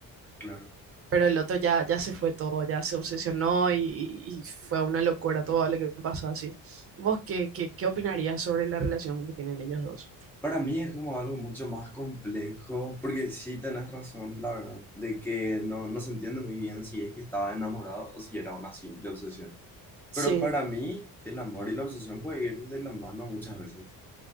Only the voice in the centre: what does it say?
claro.
Para mí es como algo mucho más complejo, porque sí tenés razón, la verdad, de que no, no se entiende muy bien si es que estaba enamorado o si era una simple obsesión.
Pero para mí el amor y la obsesión puede ir de la mano muchas veces.